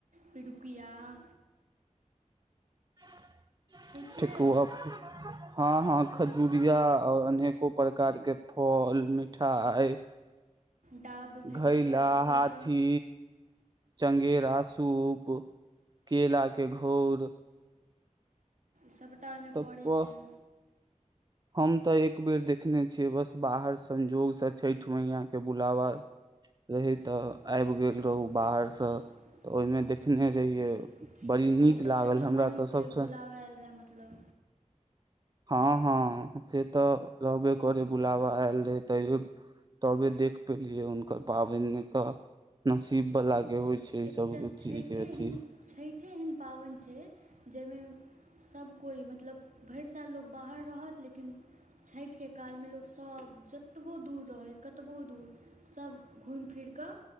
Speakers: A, on the right; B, on the right.
A: पिडुकिया <inaudible>
B: <unintelligible>
A: छियै
B: ठेकुआ हँ हँ खजुरिया और अनेको प्रकार के फल मिठाई
A: डाभ भेलै
B: घैला,
A: ऊपरसँ
B: हाथी चंगेरा, सूप, केलाके घौर
A: सबटा ओईमे
B: तऽ
A: पड़ै छैय।
B: हम तऽ एक बेेर देखने छियै बस बाहर स संजोग से छैठ मैयाँ के बुलाबा रहे
A: अहूँके
B: तऽ आबि गेल रहू बाहर स त ओईमे देखने रहियै, बड़ी नीक लागल
A: छठि
B: हमरा
A: माइके
B: त सबसे
A: बुलाबय आयल रहए मतलब
B: हँ हँ, से त रहबे करै बुलाबा आयल रहै तैयो तबे देख पेलियै हुनकर पाबनि, नै त नसीब वलाके होइ छै ई
A: एकटा
B: सब
A: छठिेए
B: चीज के अथी
A: एहन, छठिेए एहन पाबनि छै जईमे सभ कोइ, मतलब भरि साल लोक बाहर रहत लेकिन छठिके कालमे लोकसभ, जतबो दूर रहै कतबो दूर सभ घुमि फिरि क